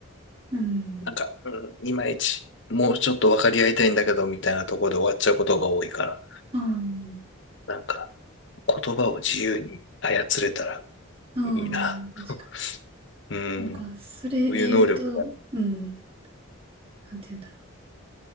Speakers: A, on the right; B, on the left.
A: うん。
B: なんか、うん、いまいち、もうちょっと分かり合いたいんだけど、みたいなところで終わっちゃうことが多いから、
A: あ
B: なんか、言葉を自由に操れたら
A: あ、ああ、
B: いいな。<laughs>
A: 確か
B: うん、
A: に。なんか、それで言うと、
B: そういう能力が。
A: うん、なんて言うんだろ